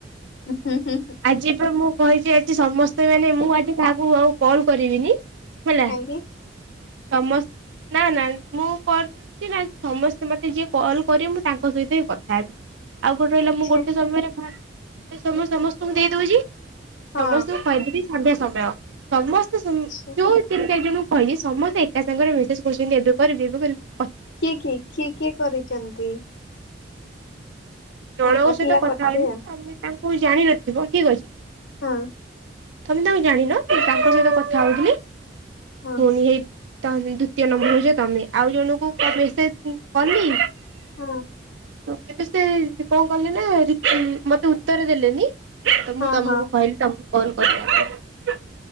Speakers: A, on the left (about 80°); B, on the right (about 80°).
A: ହୁଁ। ହୁଁ
B: ଆଜି ପା ମୁଁ କହିଚି ଆଜି ସମସ୍ତେ ମାନେ ମୁଁ ଆଜି କାହାକୁ ଆଉ କଲ କରିବିନି। ହେଲା
A: ଚାଙ୍ଗି
B: ସମସ୍ତ ନା ନା ମୁଁ କରିଚି ନା ନାଇଁ ସମସ୍ତେ ମତେ ଯିଏ କଲ କରିବେ ମୁଁ ତାଙ୍କ ସହିତ ହିଁ କଥା ହେବି। ଆଉ ଗୋଟେ ରହିଲା
A: ଆଚ୍ଛା
B: ମୁଁ ଗୋଟେ ସମୟରେ ମେ ସମ ସମସ୍ତ ତମ ଦେଇ ଦଉଚି
A: ହଁ
B: ସମସ୍ତଙ୍କୁ କହିଦେବି। <unintelligible> ସମୟ ସମସ୍ତେ
A: ଆଚ୍ଛା
B: ଯୋଉ ତିନି ଚାରି ଜଣ କହିନି ସମସ୍ତେ ଏକା ସାଙ୍ଗରେ ମେସେଜ୍ କରୁଛନ୍ତି, ଏବେ କରିବେ ଏବେ କରିବୁ।
A: କିଏ କି କିଏ କିଏ କରିଛନ୍ତି?
B: ଜଣଙ୍କ
A: ଓହୋ
B: ସହିତ
A: ପିଲା
B: କଥା
A: କରିଥିବେ
B: ହେଲି ତାପରେ ହଉ ଜାଣିନଥିବ ଠିକ ଅଛି।
A: ହଁ।
B: ତମେ ତାଙ୍କୁ ଜାଣିନ କି ତାଙ୍କ ସହିତ କଥା ହଉଥିଲି।
A: ହଁ
B: ପୁଣି ହେ ତ ଦ୍ଵିତୀୟ ନମ୍ବର ହଉଛ ତମେ ଆଉ ଜଣଙ୍କୁ ମେସେଜ କଲି।
A: ହଁ।
B: କିନ୍ତୁ ସେ କଣ କଲେ ଯେ ରୀତି ମତେ ଉତ୍ତର ଦେଲେନି? ତ
A: ହଁ
B: ମୁଁ ତମକୁ
A: ହଁ।
B: କହିଲି ତମକୁ। କଲ୍ କର।